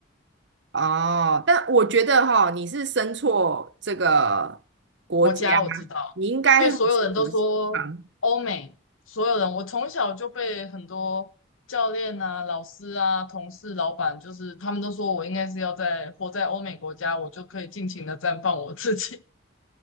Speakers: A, on the right (about 60°); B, on the left (about 80°).
A: 哦，但我觉得哈、你是生错这个国家，
B: 我家我知道，
A: 你应该很适合西方。
B: 因为所有人都说欧美，所有人我从小就被很多教练啊、老师啊、同事、老板，就是他们都说我应该是要在活在欧美国家，我就可以尽情的绽放我自己。